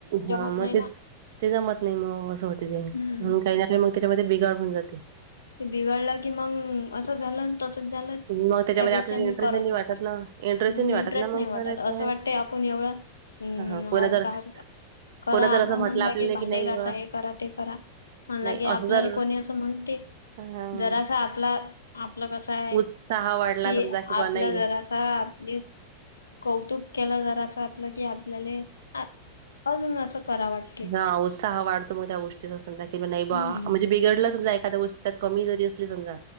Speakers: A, on the left (about 75°); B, on the right (about 55°).
A: जमत
B: हा मग
A: नाही ना
B: तेच ते जमत नाही मग असं होते ते म्हणून
A: हम्म.
B: काही ना काही मग त्याच्यामध्ये बिघाड होऊन जाते
A: ते बिघडलं की मग असं झालं तसच झालं त्यापेक्षा
B: मग त्याच्यामध्ये आपल्याला
A: मी
B: इंटरेस्टही
A: करतच
B: वाटत
A: नाही
B: ना, इंटरेस्टही
A: मग इंटरेस्ट
B: वाटत ना
A: नाही
B: मग
A: वाटत
B: परत ते
A: असं वाटत आपण एवढं अं.
B: हां, हां. कोणा जर
A: करा
B: कोणा जर
A: आपण
B: असं म्हटलं
A: आणि
B: आपल्याला
A: भांडी
B: की नाही
A: घासा
B: बुवा
A: हे करा ते करा म्ह
B: नाही
A: के
B: असं
A: आपल्याला
B: जर
A: कोणी असं म्हणते
B: हां,
A: जरासा आपला आपलं कसं आहे
B: उत्साह वाढला
A: कि
B: समजा की बुवा
A: आपलं
B: नाही
A: जरासा न्यू कौतुक केलं जरा असं आपलं की आपल्याला अजून असं करावं वाटत
B: हा उत्साह वाढतो मग त्या गोष्टीचा समजा की नाही
A: हम्म.
B: बा म्हणजे बिघडलं समजा एखाद्या गोष्ट कमी जरी असली समजा